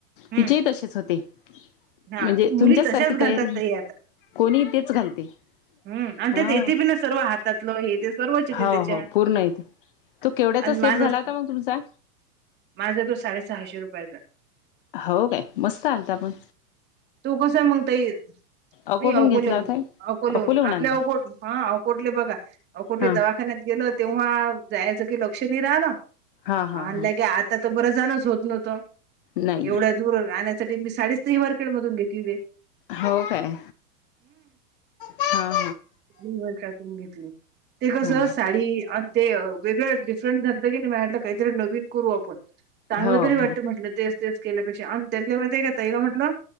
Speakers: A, on the right; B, on the left.
A: हम्म
B: तिचेही तसेच होते.
A: हा
B: म्हणजे
A: मुली
B: तुमच्याच
A: तशाच
B: सारखी
A: घालतात
B: तयारी
A: ताई
B: कोणी तेच घालते
A: हम् आणि
B: हा
A: त्यात येथे बी ना सर्व हातातल हे ते सर्वच त्याच्या
B: हो हो पूर्ण आहेत तो केवढ्याचा
A: आणि
B: सेट
A: मानस
B: झाला होता मग तुमचा?
A: माझा तो साडेसहाशे रुपयाचा
B: हाव काय मस्त आणता मग
A: तू कस मगताय
B: अकोटून
A: मी अकोले
B: घेतला
A: होऊन
B: होता
A: अकोले
B: अकोल्याहून
A: होऊन आपल्या
B: आणला
A: अवकोट हा अवकोटले बघा अकोटले
B: हां
A: दवा खान गेल तेव्हा जायचं की लक्ष नाही राहण म्हलं
B: हां हां हां
A: की आज तर बरं जणच होत नव्हतं
B: नाही
A: एवढ्या दूर आणण्यासाठी मी साडी ती वरखेड मधून घेतली ते
B: हो काय हो
A: किती वर्षातून घेतले ते कस
B: हां
A: साडी ते वेगळं डिफरंट झालत की नाही म्हटलं काहीतरी नवीन करू आपण चांगलं
B: हो
A: तरी वाटतं
B: हो
A: म्हटलं तेस तेवस केल्यापेक्षा आणि त्यांच्यामध्ये का तईला म्हटलं